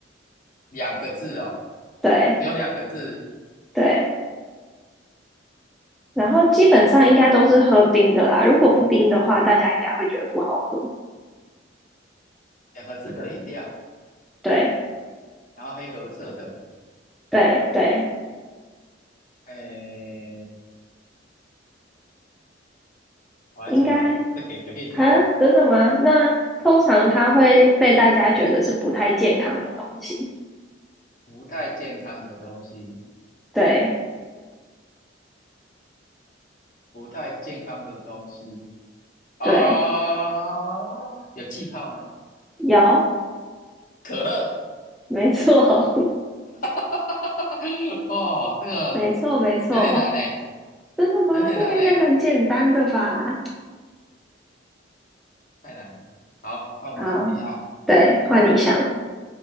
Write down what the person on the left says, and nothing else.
两个字哦，
只有两个字，
两个字的饮料，
然后黑褐色的，
哎，我还想不到，
再给个 hint，
不太健康的东西，
不太健康的东西哦，
有气泡吗？
可乐，
<laughs> 哦，
这个
有点难诶，
有点难诶，
太难了。好，放我出底下。